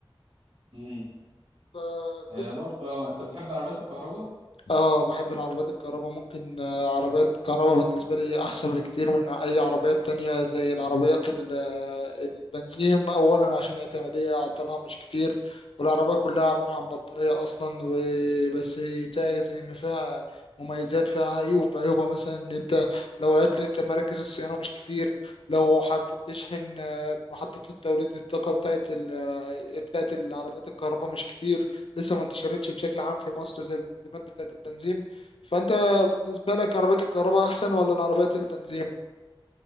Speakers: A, on the right; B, on the left.
A: امم
B: فاهم
A: آه برضه انت بتحب عربيات الكهرباء
B: اه بحب العربيات الكهرباء ممكن آه، عربيات كهرباء بالنسبة لي أحسن بكتير من أي عربيات تانية زي العربيات ال- آه، البنزين أولا عشان اعتمادية عطلها مش كتير والعربية كلها عبارة عن بطارية أصلا وبس بتاعي زي ما فيها مميزات فيها عيوب عيوبها مثلا إن أنت لو عطلت مراكز الصيانة مش كتير لو حبيت تشحن آه، محطة التوليد الطاقة بتاعت ال- آه، بتاعت العربيات الكهرباء مش كتير لسه ما انتشرتش بشكل عام في مصر زي البنزينات بتاعت البنزين فأنت بالنسبة لك عربيات الكهرباء أحسن ولا العربيات البنزين؟